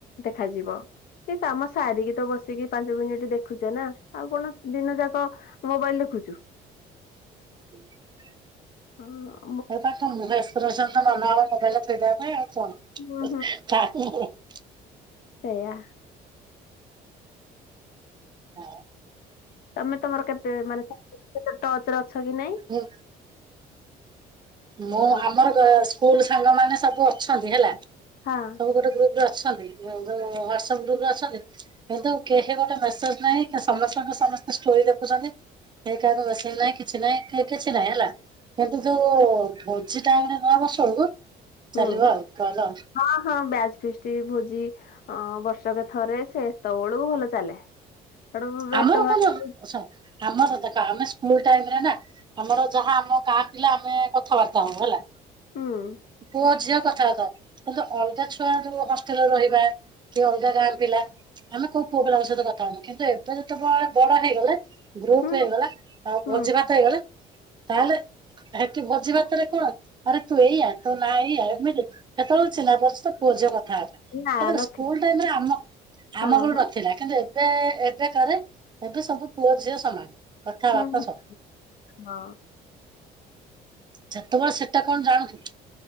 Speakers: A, on the left (about 60°); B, on the right (about 25°).
A: ଦେଖାଯିବ। ସେ କାମ ସାରିକି ତ ବସିକି ପାଞ୍ଚ ମିନିଟ୍ ଦେଖୁଚ ନା ଆଉ କଣ ଦିନ ଯାକ ମୋବାଇଲ ଦେଖୁଚୁ।
B: <unintelligible>
A: ହଉ ଅଁ
B: <unintelligible> ମନହବ ମୋବଇଲ୍ ଟା ଥୋଇଦବା ପାଇଁ ଆଉ
A: ହୁଁ
B: କଣ <unintelligible>
A: ସେୟା।
B: ନାଁ।
A: ତମେ ତମର କେତେ ମାନେ ତେ ଟଚରେ ଅଛ କି ନାଇଁ
B: ଉୁଁ। ମୁଁ
A: ତମ
B: ଆମର ଗ ସ୍କୁଲୁ ସାଙ୍ଗ ମାନେ ସବୁ ଅଛନ୍ତି ହେଲା।
A: ହଁ।
B: ସବୁ ଗୋଟେ ଗ୍ରୁପରେ ଅଛନ୍ତି ଯୋଉ ହ୍ବାଟସପ୍ ଗ୍ରୁପ ରେ ଅଛନ୍ତି? କିନ୍ତୁ କେହି ଗୋଟେ ମେସେଜ୍ ନାହିଁ କି ସମସ୍ତଙ୍କ ସମସ୍ତେ ଷ୍ଟୋରି ଦେଖୁଚନ୍ତି। କେହି କାହାକୁ ମେସେଜ୍ ନାଇଁ କିଛି ନାଇଁ କି କିଛି ନାହିଁ ହେଲା କିନ୍ତୁ ଯୋଉ ଭୋଜିଟା ମାନେ ନ ବସୁଣୁକୁ
A: ହୁଁ
B: ଚାଲିବ ଆଉ ସଇଲା ଆଉ।
A: ହଁ ହଁ ବ୍ୟାଚ୍ ଫିଷ୍ଟି ଭୋଜି ଅଁ ବର୍ଷକେ ଥରେ ସେ ଏତବେଳକୁ ଭଲ ଚାଲେ। ସେଠୁ ଭେଟ
B: ଆମର
A: ଭାଟ
B: କଣ ଅଛ ଆମର ଦେଖ ଆମେ ସ୍କୁଲ ଟାଇମରେ ନା ଆମର ଯାହା ଆମ ଗାଁ ପିଲା ଆମେ କଥାବାର୍ତା ହଉଁ ହେଲା।
A: ହୁଁ
B: ପୁଅ ଝିଅ କଥାବାର୍ତା ହଉ। କିନ୍ତୁ ଅଲଗା ଛୁଆ ଯୋଉ ହଷ୍ଟେଲରେ ରହିବା କି ଅଲଗା ଗାଁ ପିଲା ଆମେ କୋଉ ପୁଅ ପିଲାଙ୍କ ସହିତ କଥା ହଉନ କିନ୍ତୁ ଏବ୍ ବେ ଯେତେବଏ ବଡ ହେଇଗଲେ ଗ୍ରୁପ୍
A: ହୁଁ
B: ହେଇଗଲା ଆଉ
A: ହୁଁ
B: ଭୋଜି ଭାତ ହେଇଗଲେ ତାହେଲେ ସେଠି ଭୋଜି ଭାତରେ କଣ ଆରେ ତୁ ଏଇଆ ତୋ ନା ଏଇଆ ଏମିତି କେତେଏଳୁରୁ ଛିହ୍ନା ବର୍ଷେ ପୁଅଝିଅ କଥାଆର୍ତ୍ତା।
A: ନା
B: <unintelligible>
A: ନଥିଲି
B: ସ୍କୁଲ ଟାଇମରେ ଆମ
A: ହଁ
B: ଆମ ଗ
A: ହଁ
B: ଥିଲା କିନ୍ତୁ ଏବେ ଏବେ କାରେ ଏବେ ସବୁ ପୁଅ ଝିଅ ସମାନ କଥାବାର୍ତ୍ତା
A: ହୁଁ ହୁଁ
B: ସବୁ।
A: ହଁ।
B: ସେତେବେଳେ ସେଟା କଣ ଜାଣଥୁ